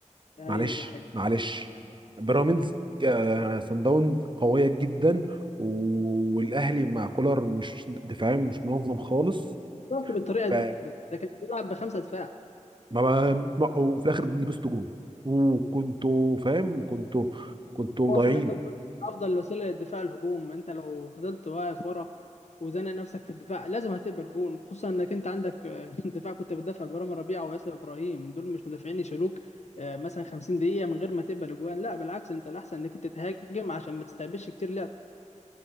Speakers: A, on the left; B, on the right.
A: ايوه
B: معلش
A: ده حقيقي
B: معلش بيراميدز آه، صن داونز قوية جدا
A: طب
B: و- والأهلي مع كولر مش دفاعيا مش منظم خالص
A: خسرت بالطريقه دي
B: فما
A: ده كان بيلعب بخمسه دفاع
B: ما- ما- وفي الآخر لبستوا جون وكنتوا فاهم كنتوا كنتوا
A: هو
B: ضايعين
A: في مثل بيقول افضل وسيله للدفاع الهجوم انت لو فضلت واقف ورا وزنق نفسك في الدفاع لازم هتقبل جون خصوصا انك انت عندك آه، <laughs> دفاع كنت بتدافع برامي ربيعه وياسر ابراهيم دول مش مدافعين يشيلوك آه، مثلا 50 دقيقه من غير ما تقبل اجوان لا بالعكس انت الاحسن انك انت تهاجم عشان ما تستقبلش كتير لعب